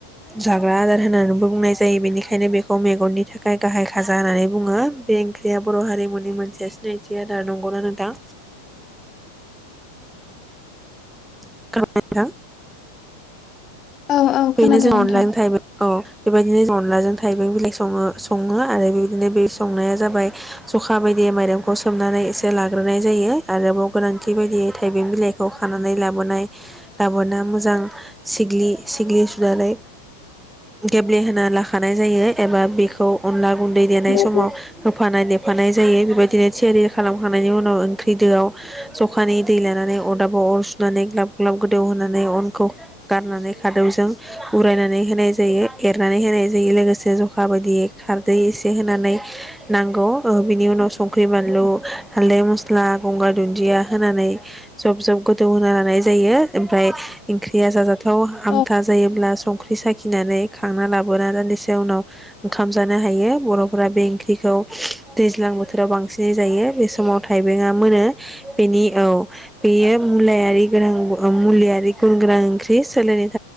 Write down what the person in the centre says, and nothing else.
जाग्रा आदार होननानैबो बुंनाय जायो बेनिखायनो बेखौ मेगननि थाखाय गाहाय खाजा होननानै बुङो बे ओंख्रिया बर' हारिमुनि मोनसे सिनायथि आदार नंगौना नोंथां? <unintelligible>
बेनो
जों
अनलाजों थाइबें औ बेबायदिनो जों अनलाजों थाइबें बिलाइ सङो सङो आरो बेबायदिनो बे संनाया जाबाय जखा बायदियै माइरंखौ सोमनानै एसे लाग्रोनाय जायो आरोबाव गोनांथि बायदियै थाइबें बिलाइखौ खानानै लाबोनाय लाबोना मोजां सिग्लि सिग्लि सुनानै गेब्लेहोना लाखानाय जायो एबा बेखौ अनला गुन्दै देनाय
समाव
होफानाय दे होफानाय जायो बेबायदिनो थियारि खालामखांनायनि उनाव ओंख्रि दोआव जखानि दै लानानै अदाबाव अर सुनानै गलाब ग्लाब गोदौ होनानै अनखौ गारनानै खादौजों उरायनानै होनाय जायो एरनानै होनाय जायो लोगोसे जखा बायदियै खारदै एसे होनानै नांगौ ओ बिनि उनाव संख्रि बानलु हाल्दै मस्ला गंगार दुन्दिया होनानै जब जब गोथौ होना लानाय जायो फ्राय ओंख्रिया जाजाथाव आमथा
जायोब्ला संख्रि साखिनानै खांना लाबोना दान्दिसे उनाव ओंखाम जानो हायो बर'फोरा बे ओंख्रिखौ दैज्लां बोथोराव बांसिनै जायो बे समाव थाइबेंआ मोनो बेनि औ बेयो मुलायारि गोनां मुलियारि गुन गोनां ओंख्रि सोलायनाय <unintelligible>